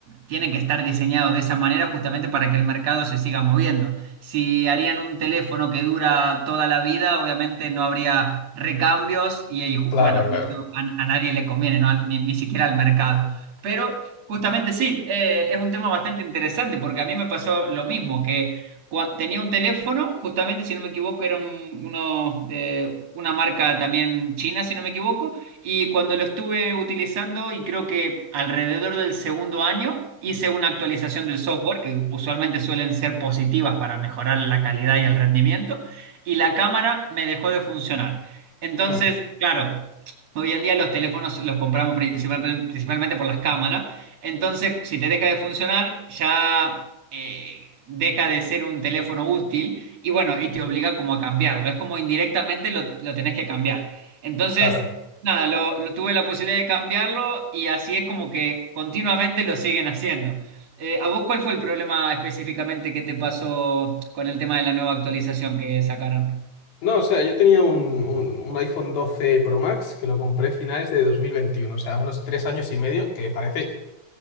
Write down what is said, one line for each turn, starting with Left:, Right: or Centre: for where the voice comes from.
Right: tienen que estar diseñados de esa manera justamente para que el mercado se siga moviendo. Si harían un teléfono que dura toda la vida, obviamente no habría recambios y, y bueno,
Left: claro, claro.
Right: y eso a, a nadie le conviene, ¿no? Ni, ni siquiera al mercado. Pero justamente sí, eh, es un tema bastante interesante porque a mí me pasó lo mismo, que cua- tenía un teléfono, justamente si no me equivoco, era un- uno de- una marca también china, si no me equivoco y cuando lo estuve utilizando y creo que alrededor del segundo año hice una actualización del software, que usualmente suelen ser positivas para mejorar la calidad y el rendimiento, y la cámara me dejó de funcionar. Entonces,
Left: Mm,
Right: claro, hoy en día los teléfonos los compramos principal- principalmente por las cámaras, entonces si te deja de funcionar ya... eh, deja de ser un teléfono útil y bueno, y te obliga como a cambiarlo, es como indirectamente lo, lo tenés que cambiar. Entonces,
Left: claro.
Right: Nada, lo, lo- tuve la posibilidad de cambiarlo y así es como que continuamente lo siguen haciendo. Eh, ¿a vos cuál fue el problema específicamente que te pasó con el tema de la nueva actualización que sacaron?
Left: no, o sea, yo tenía un, un, un iPhone 12 Pro Max que lo compré finales de 2021, o sea, unos tres años y medio, que parece